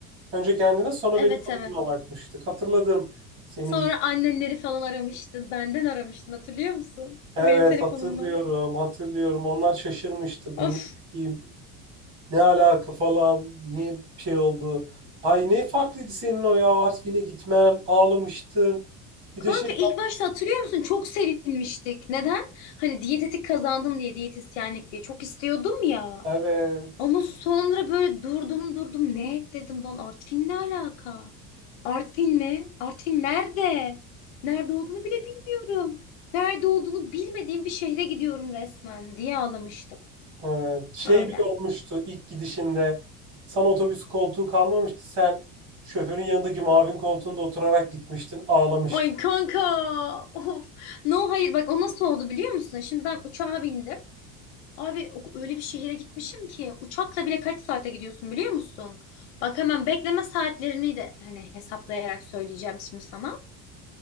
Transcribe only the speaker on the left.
Evet,
evet.
Sonra annenleri falan aramıştın. Benden aramıştın hatırlıyor musun?
Benim telefonumda.
Of.
Kanka
ilk başta hatırlıyor musun? Çok sevinmiştik. Neden? Hani diyetetik kazandım diye, diyetisyenlik diye. Çok istiyordum ya.
Ama sonra böyle durdum durdum ne dedim lan Artvin ne alaka? Artvin mi? Artvin nerede? Nerede olduğunu bile bilmiyorum. Nerede olduğunu bilmediğim bir şehre gidiyorum resmen diye ağlamıştım.
Öyle.
Ay kanka. Of. No hayır bak o nasıl oldu biliyor musun? Şimdi ben uçağa bindim. Abi o- öyle bir şehire gitmişim ki uçakla bile kaç saate gidiyorsun biliyor musun? Bak hemen bekleme saatlerini de hani hesaplayarak söyleyeceğim şimdi sana.